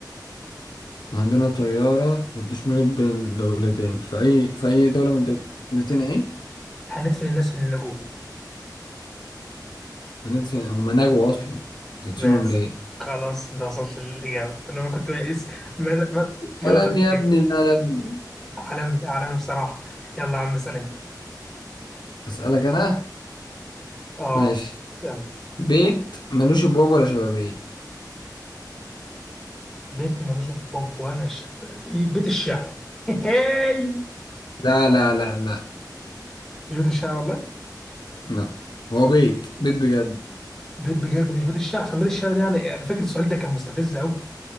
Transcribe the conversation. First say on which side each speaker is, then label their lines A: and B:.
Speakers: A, on the left; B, in the centre.
A: عندنا طيارة والتشميرة بين دولتين في أي في أي دولة من الدولتين إيه؟
B: هندفن الناس اللي نجوا
A: هندفن هما نجوا أصلا هتدفنهم
B: بس
A: ليه؟
B: خلاص انت وصلت للإجابة أنا كنت بقيس مدى مدى مدى
A: كلام يا
B: تفكير
A: ابني ده يا ابني
B: عالمي عالمي بصراحة يلا يا عم اسأل أنت
A: أسألك أنا؟
B: آه
A: ماشي
B: يلا
A: بيت ملوش أبواب ولا شبابيك
B: بيت ملوش أبواب ولا شبابيك بيت الشعر <laughs> هاي
A: لا لا لا لا
B: مش بيت الشعر والله
A: لا هو بيت بيت بجد
B: بيت بجد مش بيت الشعر عشان بيت الشعر ده يعني أنا فاكر السؤال ده كان مستفز أوي